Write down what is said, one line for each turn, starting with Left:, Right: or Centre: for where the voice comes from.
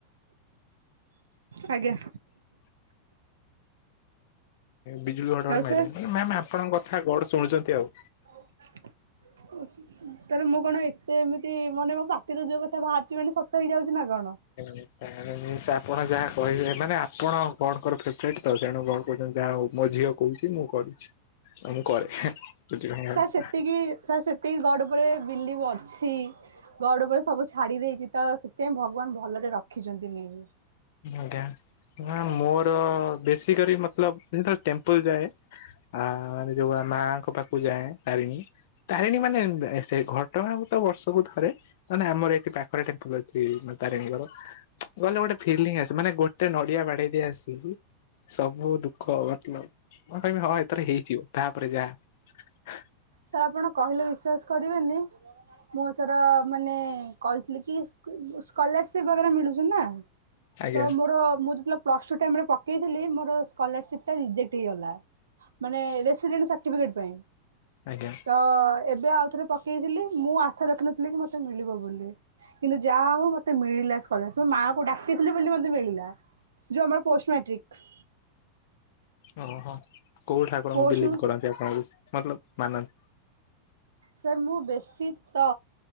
Right: <inaudible> ଆଜ୍ଞା।
Left: <unintelligible> ବିଜୁଳି ଘଡଘଡି
Right: ଆଉ
Left: ମାରିଲାଇ।
Right: ସେ
Left: ମ୍ୟାମ ଆପଣଙ୍କ କଥା ଗଡ ଶୁଣୁଛନ୍ତି ଆଉ।
Right: <unintelligible> ତାର ମୁଁ କଣ ଏତେ ଏମିତି ମାନେ ମୋ ପାଟିର ଯୋଉ କଥା ବାହାରିଛି ମାନେ ସତ ହେଇଯାଉଛି ନା କଣ?
Left: ନ ତା ଜିନିଷ ଆପଣ ଯାହା କହିବେ ମାନେ ଆପଣ ଗଡଙ୍କର ଫ୍ରେବରେଟ ତ ସେଣୁ ଗଡ କହୁଛନ୍ତି ଯାହା ହଉ ମୋ ଝିଅ କହୁଛି ମୁଁ କରୁଛି ଆଉ ମୁଁ କରେ ହେଁ <unintelligible>
Right: ସାର୍ ସେତିକି ସାର୍ ସେତିକି ଗଡ଼ ଉପରେ ବିଲିଭ୍ ଅଛି। ଗଡ ଉପରେ ସବୁ ଛାଡି ଦେଇଛି ତ ସେଥିପାଇଁ ଭଗବାନ ଭଲରେ ରଖିଛନ୍ତି ମେବି।
Left: ଆଜ୍ଞା ନା ମୋର ବେଶୀ କରି ମତଲବ ଯେତେବେଳେ ଟେମ୍ପଲ ଯାଏ। ଆ ମାନେ ଯୋଉ ମାଙ୍କ ପାଖକୁ ଯାଏ ତାରିଣୀ। ତାରିଣୀ ମାନେ ସେ ଘଟଗାଁ ମୁଁ ତ ବର୍ଷକୁ ଥରେ। ମାନେ ଆମର ଏଇଠି ପାଖରେ ଟେମ୍ପଲ ଅଛି ମାନେ ତାରେଣୀଙ୍କର। ଗଲେ ଗୋଟେ ଫିଲିଙ୍ଗ ଆସେ ମାନେ ଗୋଟେ ନଡିଆ ବାଡେଇ ଦେଇି ଆସିବି ସବୁ ଦୁଃଖ ମତଲବ ମୁ କହିବି ହଁ ଏଥର ହେଇଯିବ ତାପରେ ଯା, <inaudible>
Right: ସାର୍ ଆପଣ କହିଲେ ବିଶ୍ଵାସ କରିବେନି ମୁଁଥର ମାନେ କହିଥିଲି କି ସ୍କ ସ୍କଲାରସିପ ବଗେରା ମିଳୁଛି ନା।
Left: ଆଜ୍ଞା
Right: ତ ମୋର ମୁଁ ଯେତେବେ- ପ୍ଲସଟୁ ଟାଇମ ରେ ପକେଇଥିଲି ମୋର ସ୍କଲରସିପ୍ ଟା ରଜେକ୍ଟ ହେଇଗଲା। ମାନେ ରେସିଡେଣ୍ଟ ସାର୍ଟିଫିକେଟ ପାଇଁ।
Left: ଆଜ୍ଞା।
Right: ଅ ଏବେ ଆଉ ଥରେ ପକେଇଥିଲି, ମୁଁ ଆଶା ରଖିିନଥିଲି କି ମତେ ମିଳିବ ବୋଲି। କିନ୍ତୁ ଯାହା ହଉ ମତେ ମିଳିଲା ସ୍କଲାରସିପ, ମୁଁ ମାଆକୁ ଡାକିଥିଲେ ବୋଲି ମତେ ମିଳିଲା। ଜୋମା ପୋଷ୍ଟ ମେଟ୍ରିକ।
Left: ଓହୋ କୋଉ ଠାକୁରଙ୍କୁ
Right: ପୋଷ୍ଟ
Left: ବିଲିଭ କରନ୍ତି ଆପଣ ବେଶୀ ମତଲବ ମାନନ୍ତି?
Right: ସାର୍ ମୁଁ ବେଶୀ ତ